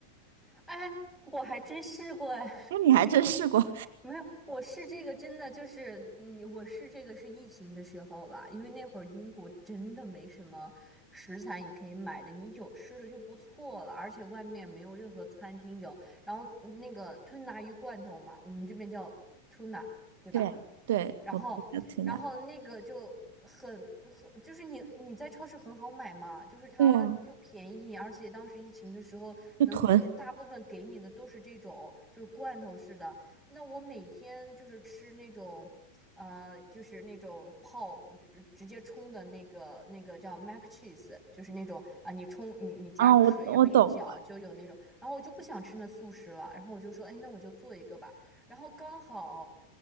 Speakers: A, in the centre; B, on the right.
A: 哎，我还真试过哎，
B: 那你还真试过？
A: <laughs> 没有，我试这个真的就是，嗯，我试这个是疫情的时候啦，因为那会儿英国真的没什么食材你可以买的，你有吃的就不错了，而且外面没有任何餐厅有。然后那个吞拿鱼罐头嘛，我们这边叫 tuna，对吧？
B: 对对，
A: 然后，
B: 我们叫吞拿。
A: 然后那个就很很，就是你你在超市很好买嘛，就是它又便宜，
B: 对呀，
A: 而且当时疫情的时候能就是大部分给你的都是这种就是罐头式的。
B: 就囤，
A: 那我每天就是吃那种，呃，就是那种泡就是直接冲的那个那个叫 mac cheese，就是那种啊，你冲你你加个水，
B: 啊，我我懂。
A: 然后一搅就有那种。然后我就不想吃那速食了，然后我就说，哎，那我就做一个吧。然后刚好。